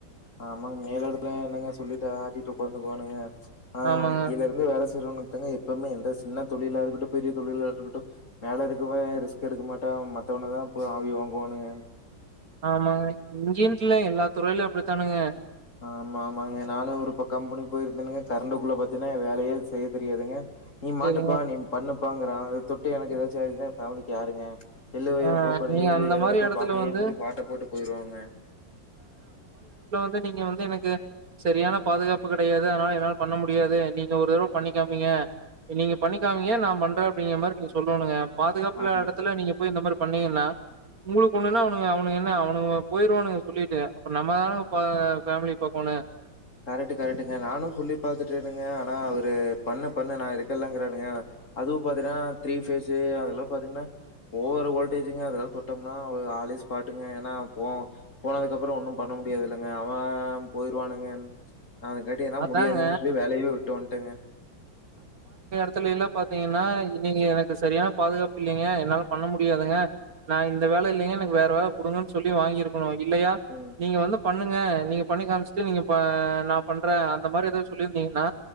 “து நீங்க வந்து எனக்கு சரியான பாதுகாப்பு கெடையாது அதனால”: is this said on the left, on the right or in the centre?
Right